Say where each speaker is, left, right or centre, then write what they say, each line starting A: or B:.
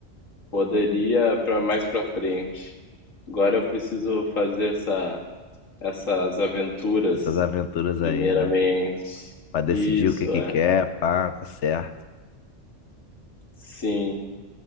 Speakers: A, on the left (about 80°); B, on the left (about 65°).
A: Poderia para mais para frente. Agora eu preciso fazer essa, essas aventuras,
B: Essas aventuras
A: primeiramente.
B: aí, né? Pra decidir
A: Isso,
B: o que que
A: é.
B: quer, pá, tá certo.
A: Sim.